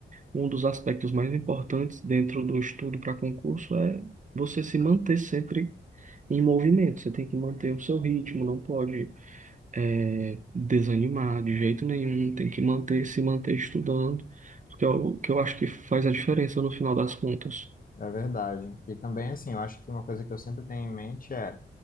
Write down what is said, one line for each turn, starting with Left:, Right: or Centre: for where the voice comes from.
Right: um dos aspectos mais importantes dentro do estudo para concurso é você se manter sempre em movimento. Você tem que manter o seu ritmo, não pode eh, desanimar de jeito nenhum. Tem que manter, se manter estudando, porque é o que eu acho que faz a diferença no final das contas.
Left: É verdade. E também, assim, eu acho que uma coisa que eu sempre tenho em mente é